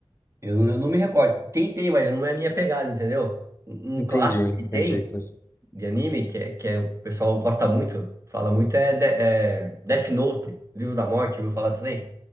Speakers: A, on the right; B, on the left.
A: eu, não- eu não me recordo. Tem, tem, mas não é a minha pegada, entendeu? Um,
B: Entendi,
A: um clássico
B: entendi,
A: que tem
B: entendi.
A: de anime, que, é, que é, o pessoal gosta muito, fala muito, é, De- é Death Note, Livro da Morte, ouviu falar disso daí?